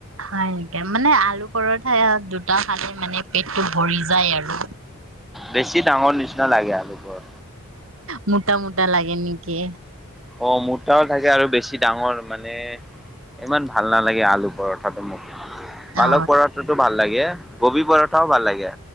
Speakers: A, on the right; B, in the centre.
A: হয় নেকে মানে আলু পৰৰঠাই দুটা ফালে মানে পেটটো ভৰি যায় আৰু
B: বেছি ডাঙৰ নিচিনা লাগে আলুপৰত
A: মোটা মোটা লাগে নেকি
B: অঁ মটাও থাকে আৰু বেছি ডাঙৰ মানে ইমান ভাল নালাগে আলুবোৰ পৰথা
A: অ
B: আলু পটোতো ভাল লাগে গবি পৰঠাও ভাল লাগে